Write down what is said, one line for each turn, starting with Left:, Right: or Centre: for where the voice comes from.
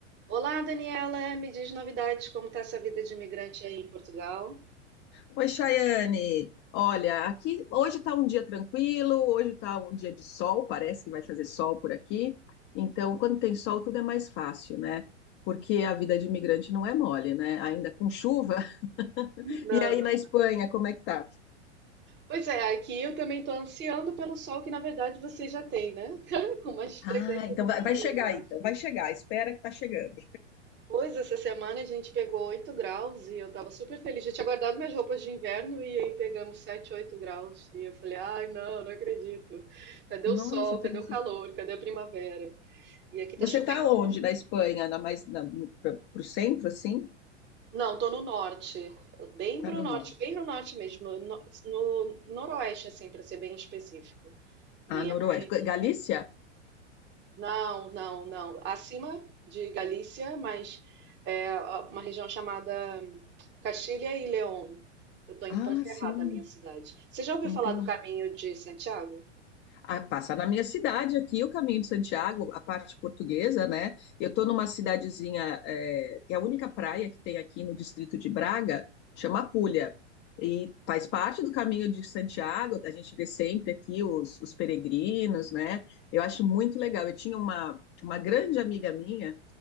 Right: Olá, Daniela, me diz novidades, como está essa vida de imigrante aí em Portugal?
Left: Oi, Chayane. Olha, aqui hoje está um dia tranquilo, hoje está um dia de sol, parece que vai fazer sol por aqui. Então, quando tem sol, tudo é mais fácil, né? Porque a vida de imigrante não é mole, né? Ainda com chuva. <laughs>
Right: Não,
Left: E aí
Right: não.
Left: na Espanha, como é que tá?
Right: Pois é, aqui eu também estou ansiando pelo sol que na verdade você já tem, né? <laughs> Com mais frequência
Left: Ah, então
Right: do
Left: vai,
Right: que
Left: vai
Right: eu,
Left: chegar
Right: eu acho.
Left: aí, então vai chegar, espera que tá chegando.
Right: Pois, essa semana a gente pegou 8 graus e eu estava super feliz. Já tinha guardado minhas roupas de inverno e aí pegamos 7, 8 graus. E eu falei, ai, não, não acredito. Cadê
Left: Nossa,
Right: o sol? Cadê
Left: teve
Right: o
Left: esse...
Right: calor? Cadê a primavera? E aqui
Left: Você
Right: tá chovendo
Left: tá onde na Espanha? Na mais na, no, pra, pro centro assim?
Right: Não, tô no norte, bem
Left: Tá
Right: pro
Left: no
Right: norte,
Left: norte.
Right: bem no norte mesmo, no, no noroeste, assim, para ser bem específico. E
Left: Ah, noroeste.
Right: é mais.
Left: Galícia?
Right: Não, não, não. Acima de Galícia, mas é uma região chamada Castilha e León. Eu tô em
Left: Ah,
Right: Ponferrada,
Left: sim,
Right: minha cidade. Você já ouviu
Left: entendi.
Right: falar do Caminho de Santiago?
Left: Ah, passa na minha cidade aqui, o Caminho de Santiago, a parte portuguesa, né? Eu estou numa cidadezinha, é, que é a única praia que tem aqui no distrito de Braga, chama Apulha, e faz parte do Caminho de Santiago, a gente vê sempre aqui os, os peregrinos, né? Eu acho muito legal. Eu tinha uma, uma grande amiga minha